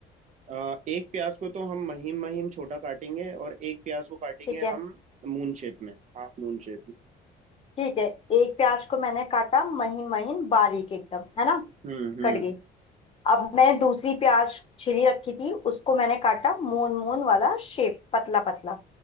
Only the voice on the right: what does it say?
अ, एक प्याज को तो हम महीन महीन छोटा काटेंगे और एक प्याज को काटेंगे
हम मून शेप में हाफ मून शेप में
हम्म हम्म